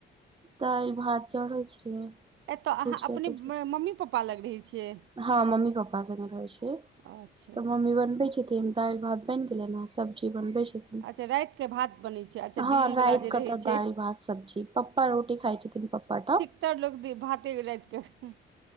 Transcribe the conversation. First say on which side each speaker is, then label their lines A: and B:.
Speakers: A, on the right; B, on the right.
A: दाइल, भात चढ़ल छलै
B: एतय
A: भुझिया
B: अहाँ अपने
A: तुजिया।
B: मम्मी पप पा लग रहै छियै।
A: हँ मम्मी पप्पा संगे रहै छियै
B: अच्छा
A: तऽ मम्मी बनबै छथिन। त दाइल भात बइन गेलेन ह सब्जी बनबै छथिन।
B: अच्छा रातिके भात बनै छै अच्छा
A: हँ
B: दिल्लीवला
A: राति
B: जे
A: क
B: रहै
A: तऽ
B: छै
A: दाइल भात सब्जी पप्पा रोटी खाय छथिन। पप्पा टब
B: तड़ लोक भी भाते राति कऽ खे